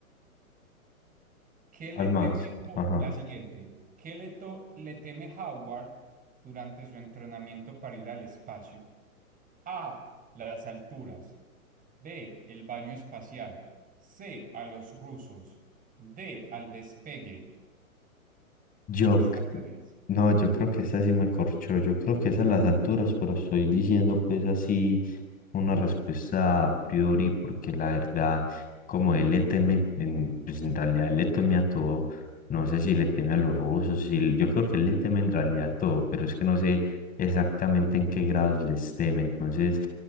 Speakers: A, on the right (about 20°); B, on the left (about 20°).
A: ¿Qué le
B: Al más,
A: teme Ho-
B: ajá.
A: la siguiente? ¿Qué le, to- le teme Howard durante su entrenamiento para ir al espacio? A. Las alturas. B. El baño espacial. C. A los rusos. D. Al despegue.
B: Yo,
A: Sácales.
B: c- no, yo creo que esa sí me corchó. Yo creo que es a las alturas, pero estoy diciendo pues así una respuesta a priori, porque la verdad, como él le teme, en, pues en realidad él le teme a todo. No sé si le teme a los rusos, si, yo creo que él le teme en realidad a todo, pero es que no sé exactamente en qué grados les teme. Entonces,